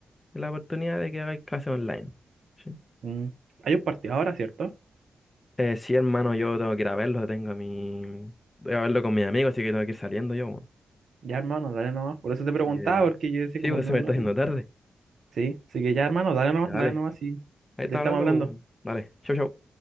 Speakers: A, on the left (about 15°); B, on the right (about 65°).
A: la oportunidad de que hagáis clases online. ¿sí?
B: mm. Hay un partido ahora, ¿cierto?
A: Eh, sí, hermano, yo tengo que ir a verlo, tengo a mi... Voy a verlo con mis amigos, así que tengo que ir saliendo yo. weón.
B: Ya, hermano, dale nomás. Por eso te preguntaba,
A: Así que
B: porque yo decía
A: sí,
B: como,
A: pues
B: no,
A: se me
B: no,
A: está haciendo
B: no.
A: tarde.
B: Sí, así que ya, hermano, dale nomás,
A: Ya,
B: dale
A: Dale,
B: nomás y
A: ahí está
B: te estamos
A: hablando,
B: hablando.
A: pues,
B: Chao.
A: dale, chau, chau.